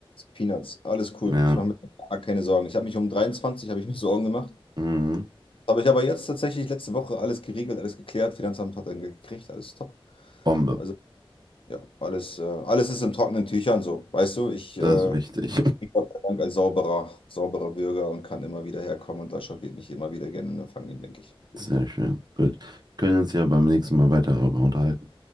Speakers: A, on the left (about 65°); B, on the right (about 45°).
A: Peanuts, alles cool.
B: Ja,
A: Ich mache mir gar keine Sorgen. Ich habe mich um 23 habe ich mir Sorgen gemacht.
B: mhm.
A: Aber ich habe jetzt tatsächlich letzte Woche alles geregelt, alles geklärt. Finanzamt hat dann gekriegt, alles top.
B: Bombe,
A: Also ja, alles, äh, alles ist in trockenen Tüchern so. Weißt du, ich äh,
B: das ist wichtig.
A: bin Gott sei Dank ein sauberer, sauberer Bürger und kann immer wieder herkommen und Deutschland wird mich immer wieder gerne empfangen, denke ich.
B: Sehr schön. Gut. Können uns ja beim nächsten Mal weiter darüber unterhalten.